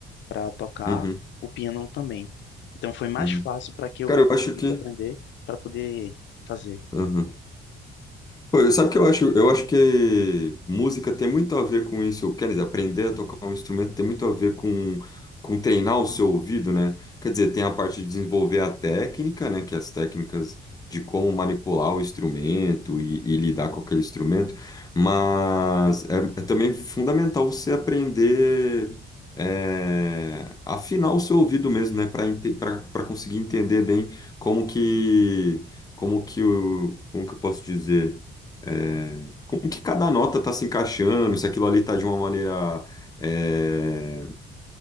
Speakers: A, on the left (about 65°); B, on the left (about 20°).
A: para tocar
B: uhum,
A: o piano também. Então, foi mais
B: uhum.
A: fácil para que eu
B: Cara, eu
A: conseguisse
B: acho que.
A: aprender para poder fazer.
B: Aham. Pô, eu- sabe que eu acho? Eu acho que música tem muito a ver com isso. Quer dizer, aprender a tocar um instrumento tem muito a ver com, com treinar o seu ouvido, né? Quer dizer, tem a parte de desenvolver a técnica, né? Que é as técnicas de como manipular o instrumento e, e lidar com aquele instrumento. Mas é, é também fundamental você aprender é, afinar o seu ouvido mesmo, né? Para para conseguir entender bem como que como que o como que eu posso dizer é, como que cada nota está se encaixando, se aquilo ali está de uma maneira é,